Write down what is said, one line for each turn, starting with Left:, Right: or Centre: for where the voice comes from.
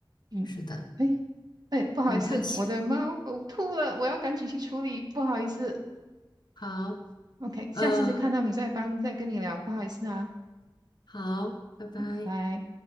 Right: 嗯，
Left: 是的，
Right: 哎哎，不好意思，
Left: 很开心。
Right: 我的猫呕吐了，我要赶紧去处理，不好意思。
Left: 好，
Right: OK，下次再看到你再帮，
Left: 呃，
Right: 再跟你聊，不好意思啊，
Left: 好，拜拜。
Right: 拜拜。